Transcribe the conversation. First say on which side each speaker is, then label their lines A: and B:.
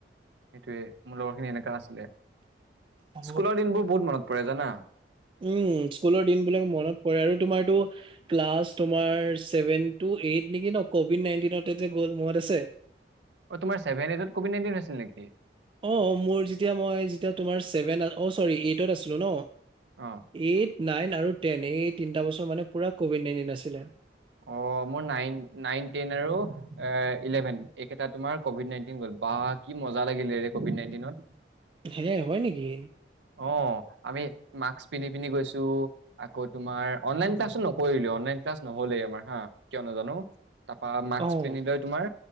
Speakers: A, on the right (about 80°); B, on the right (about 30°).
A: সেইটোৱে মোৰ লগৰ খিনি এনেকা আছিলে স্কু
B: অ
A: স্কুল দিনবোৰ বহুত মনত পৰে জানা।
B: উম স্কুলৰ দিনবিলাক মনত পৰে আৰু তোমাৰটো ক্লাছ তোমাৰ চেবেনটো এইট নিকি ন কভিড নাইনটিনতে যে গ'ল মনত আছে।
A: অ তোমাৰ চেবেন এইটত কভিড নাইনটিন আছিল নেকি।
B: অ মোৰ যেতিয়া মই যেতিয়া তোমাৰ ছেবেন আছ অ চৰি এইটত আছিলো ন।
A: অ
B: এইট নাইন আৰু টেন এই তিনটা বছৰ মানে পুৰা কভিড নাইনটিন আছিলে।
A: অ, মোৰ নাইন -নাইন টেন আৰু এ ইলেভেন একেইটা তোমাৰ কভিড নাইনটিন গ'ল বা কি মজা লাগিলে কভিড নাইটিনত
B: হে, হয় নেকি।
A: অঁ আমি মাস্ক পিন্ধি পিন্ধি গৈছো আকৌ তোমাৰ অনলাইন ক্লাছোও নকৰিলো। অনলাইন ক্লাছ নহ'লেই আমাৰ হা কিয় নাজানো। তাপা মাক্স
B: অ',
A: পিনি লৈ তোমাৰ